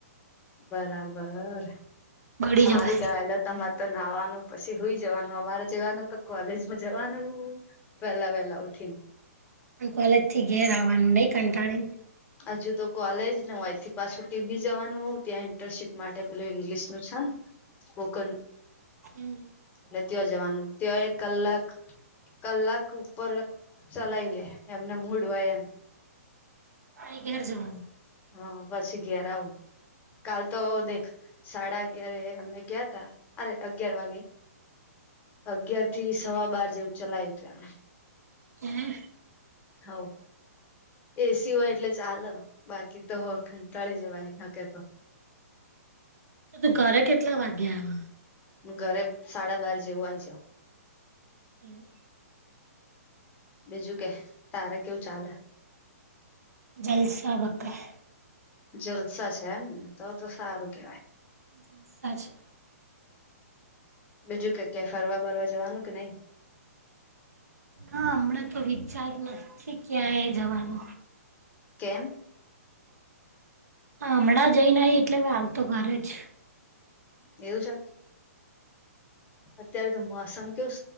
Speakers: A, on the left (about 20°); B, on the right (about 75°).
A: બરાબર
B: બળી
A: સારું
B: જવાય
A: કેવાય તમારે નાવાનું પછી હોય જવાનું અમારે જવાનું તો કોલેજમાં જવાનું વેલા વહેલા ઉઠીન.
B: કોલેજ થી ઘેર આવવાનું નહી કંટાળી.
A: હજુ તો કોલેજ ને હોયથી પાછું ટી ભી જવાનું હો ત્યાં ઇન્ટર્નશીપ માટે પેલું ઈંગ્લિશ નું છે કોકન.
B: હમ્મ
A: એટલે ત્યા જવાનું ત્યા એક કલાક કલાક ઉપર ચલાય લે એમને મૂડ હોય એમ
B: ક કેર જવાનું
A: હા પછી ઘેર આવું કાલ તો દેખ સાડા અગિયાર અમે ગયા તા અરે અગિયાર વાગે અગિયાર થી સવા બાર જેવું ચલાયું હતું એમ
B: હમ્મ
A: હવ એસી હોય એટલે ચાલ બાકી તો હો ઘંટાળી જવાય ન કેતો
B: તું ઘરે કેટલા વાગ્યા આવ
A: હું ઘરે સાડા બાર જેવું આઈ જાવ
B: એવું
A: બીજું કે તારે કેવું ચાલે
B: જલસા બકા
A: જલસા છે એમને તો તો સારું કેવાય
B: છે
A: બીજું કેક કે ફરવા બરવા જવાનું કે નઈ
B: હા હમણાં તો વિચાર નથી ક્યાંય જવાનો
A: કેમ?
B: હમણાં જઈ ન આઈ એટલે હાલતો ઘરે જ
A: એવું છે અત્યારે તો મોસમ કેવું